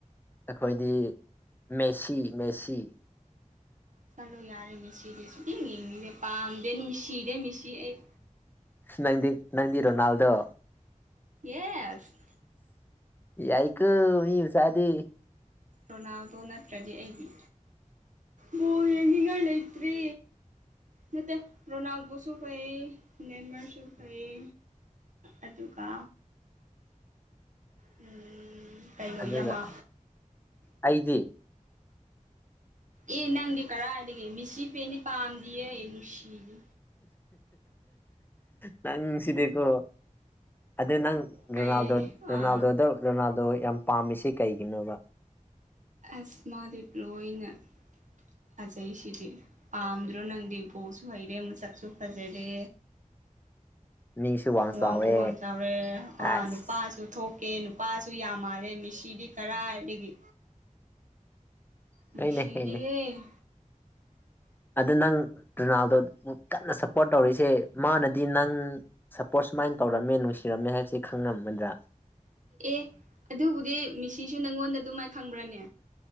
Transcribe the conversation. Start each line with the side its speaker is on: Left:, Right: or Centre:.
Left: ꯑꯩꯈꯣꯏꯗꯤ ꯃꯦꯁꯤ ꯃꯦꯁꯤ
Right: ꯆꯠꯂꯣ ꯌꯥꯔꯦ ꯃꯤꯁꯤꯗꯤ ꯁꯨ ꯏꯡ ꯌꯦꯡꯉꯗꯦ ꯄꯥꯝꯗꯦ ꯅꯨꯡꯁꯤꯔꯦ ꯃꯤꯁꯤ ꯑꯩ
Left: ꯅ ꯅꯡꯗꯤ ꯔꯣꯅꯥꯜꯗꯣ
Right: ꯌꯦꯁ
Left: ꯌꯥꯏꯀꯪ ꯃꯤ ꯃꯆꯥꯗꯤ
Right: ꯔꯣꯅꯥꯜꯗꯣ ꯅꯠꯇ꯭ꯔꯗꯤ ꯑꯩꯗꯤ ꯕꯥꯜ ꯌꯦꯡꯅꯤꯡꯉꯥꯏ ꯂꯩꯇ꯭ꯔꯦ ꯅꯠꯇ ꯔꯣꯅꯥꯜꯗꯣꯁꯨ ꯐꯩꯌꯦ ꯅꯦꯟꯃꯥꯔꯁꯨ ꯐꯩꯌꯦ ꯑꯗꯨꯒ ꯎꯝ ꯀꯩꯅꯣ
Left: ꯑꯗꯨꯒ
Right: ꯌꯥꯃꯥ
Left: ꯑꯩꯗꯤ
Right: ꯑꯦ ꯅꯪꯗꯤ ꯀꯔꯥꯏꯗꯒꯤ ꯃꯤꯁꯤ ꯄꯦꯟꯅꯤ ꯄꯥꯝꯗꯤꯌꯦ ꯅꯨꯡꯁꯤꯗꯦ
Left: ꯅꯪ ꯁꯤꯗꯤꯀꯣ ꯑꯗꯨ ꯅꯪ
Right: ꯀꯩ
Left: ꯔꯣꯅꯥꯜꯗꯣ ꯔꯣꯅꯥꯜꯗꯣꯗ
Right: ꯑꯥ
Left: ꯔꯣꯅꯥꯜꯗꯣ ꯌꯥꯝ ꯄꯥꯝꯃꯤꯁꯤ ꯀꯩꯒꯤꯅꯣꯕ
Right: ꯑꯁ ꯃꯥꯗꯤ ꯂꯣꯏꯅ ꯐꯖꯩ ꯁꯤꯗꯤ ꯄꯥꯝꯗ꯭ꯔꯣ ꯅꯡꯗꯤ ꯕꯣꯜꯁꯨ ꯍꯩꯔꯦ ꯃꯁꯥꯛꯁꯨ ꯐꯖꯔꯦ
Left: ꯃꯤꯁꯨ ꯋꯥꯡ ꯆꯥꯎꯋꯦ
Right: ꯋꯥꯡꯁꯨ ꯋꯥꯡ ꯆꯥꯎꯔꯦ ꯑꯥ
Left: ꯑꯁ
Right: ꯅꯨꯄꯥꯁꯨ ꯊꯣꯛ ꯀꯦ ꯅꯨꯄꯥꯁꯨ ꯌꯥꯝ ꯃꯥꯜꯂꯦ ꯃꯤꯁꯤꯗꯤ ꯀꯔꯥꯏꯗꯒꯤ ꯅꯨꯡꯁꯤꯔꯦꯍꯦ
Left: ꯍꯣꯢꯅꯦ ꯍꯦꯅꯦ ꯑꯗꯨ ꯅꯪ ꯔꯣꯅꯥꯜꯗꯣ ꯀꯟꯅ ꯁꯞꯄꯣꯔꯠ ꯇꯧꯔꯤꯁꯦ ꯃꯥꯅꯗꯤ ꯅꯡ ꯁꯞꯄꯣꯔꯠ ꯁꯨꯃꯥꯏꯅ ꯇꯧꯔꯝꯃꯦ ꯅꯨꯡꯁꯤꯔꯝꯃꯦ ꯍꯥꯏꯕꯁꯦ ꯈꯪꯉꯝꯒꯥꯗ꯭ꯔꯥ
Right: ꯑꯦ ꯑꯗꯨꯕꯨꯗꯤ ꯃꯤꯁꯤꯁꯨ ꯅꯉꯣꯟꯗ ꯑꯗꯨꯃꯥꯏꯅ ꯈꯪꯕ꯭ꯔꯥꯅꯦ